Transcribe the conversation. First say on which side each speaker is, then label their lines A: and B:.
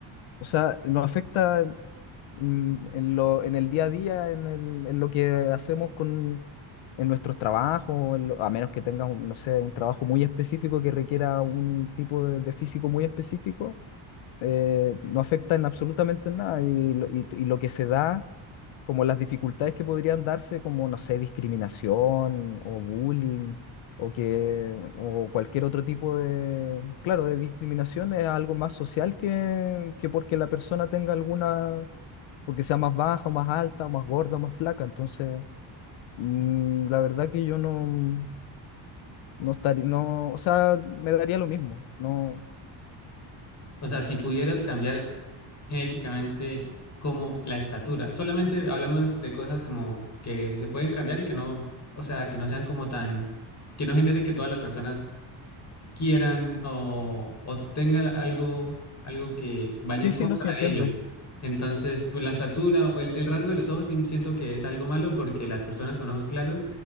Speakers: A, on the left; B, on the left.
A: o sea, no afecta mm, en lo, en el día a día, en, el- en lo que hacemos con, en nuestros trabajos, en lo- a menos que tengas, un, no sé, un trabajo muy específico que requiera un tipo de, de físico muy específico, eh, no afecta en absolutamente en nada. Y, lo- y, y lo que se da, como las dificultades que podrían darse, como, no sé, discriminación o bullying. O, que, o cualquier otro tipo de, claro, de discriminación es algo más social que, que porque la persona tenga alguna porque sea más baja o más alta o más gorda o más flaca. Entonces, mm, la verdad que yo no, no estaría, no, o sea, me daría lo mismo. No,
B: O sea, si pudieras cambiar genéticamente como la estatura, solamente hablamos de cosas como que se pueden cambiar y que no, o sea, que no sean como tan, que no genere que todas las personas quieran o, o tengan algo, algo que vaya
A: sí,
B: en
A: sí,
B: contra
A: no, sí entiendo.
B: de ellos. Entonces, pues la estatura o el, el rasgo de los ojos sí siento que es algo malo porque las personas con ojos claros